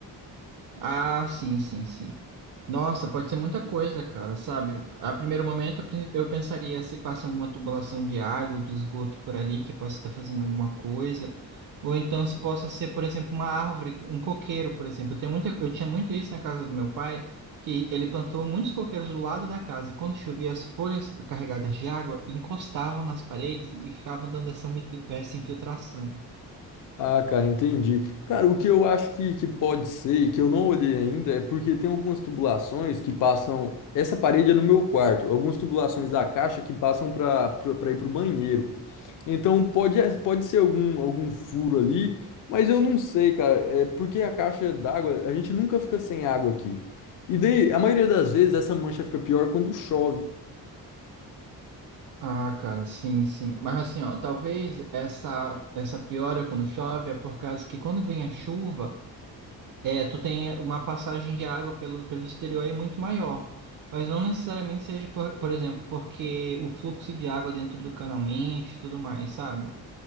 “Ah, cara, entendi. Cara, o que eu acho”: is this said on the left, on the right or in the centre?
Left